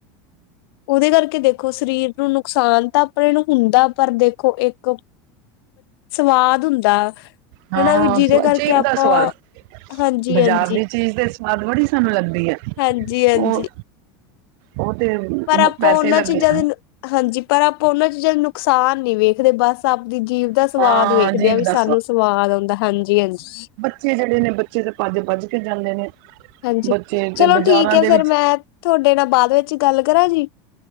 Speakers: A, on the left; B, on the right.
A: ਉਹਦੇ ਕਰਕੇ ਦੇਖੋ ਸਰੀਰ ਨੂੰ ਨੁਕਸਾਨ ਤਾਂ ਅਪਣੇ ਨੂੰ ਹੁੰਦਾ ਪਰ, ਦੇਖੋ ਇੱਕ ਸਵਾਦ ਹੁੰਦਾ।
B: ਹਾਂ,
A: ਹਨਾ ਵੀ ਜਿਹਦੇ ਕਰਕੇ
B: ਜੀਭ
A: ਆਪਾਂ
B: ਦਾ ਸਵਾਦ।
A: ਹਾਂਜੀ
B: ਬਾਜ਼ਾਰ
A: ਹਾਂਜੀ
B: ਦੀ ਚੀਜ਼ ਤੇ ਸਵਾਦ ਬੜੀ ਸਾਨੂੰ ਲੱਗਦੀ ਆ।
A: ਹਾਂਜੀ ਹਾਂਜੀ
B: ਉਹ, ਉਹ ਤੇ- ਮ-
A: ਪਰ, ਆਪਾਂ
B: ਪੈਸੇ
A: ਉਹਨਾਂ
B: ਲੱਗੇ
A: ਚੀਜ਼ਾਂ ਵ ਹਾਂਜੀ, ਪਰ ਆਪਾਂ ਉਹਨਾਂ ਚੀਜ਼ਾਂ ਨੂੰ ਨੁਕਸਾਨ ਨਹੀਂ ਵੇਖਦੇ। ਬਸ, ਆਪਦੀ ਜੀਵ- ਦਾ
B: ਹਾਂ
A: ਸਵਾਦ ਵੇਖਦੇ
B: ਜੀਭ
A: ਆ ਵੀ
B: ਦਾ
A: ਸਾਨੂੰ ਸਵਾਦ ਆਂਦਾ। ਹਾਂਜੀ -ਹਾਂਜੀ
B: ਫੇਰ ਜਿਹੜੇ ਨੇ ਬੱਚੇ ਤੇ ਭੱਜ -ਭੱਜ ਕੇ ਜਾਂਦੇ ਨੇ।
A: ਹਾਂਜੀ,
B: ਬੱਚੇ
A: ਚਲੋ
B: ਤੇ ਬਾਜ਼ਾਰਾਂ
A: ਠੀਕ ਹੈ
B: ਦੇ
A: ਫੇਰ
B: ਵਿੱਚ
A: ਮੈਂ ਤੁਹਾਡੇ ਨਾਲ ਬਾਅਦ ਵਿੱਚ ਗੱਲ ਕਰਾਂ ਜੀ?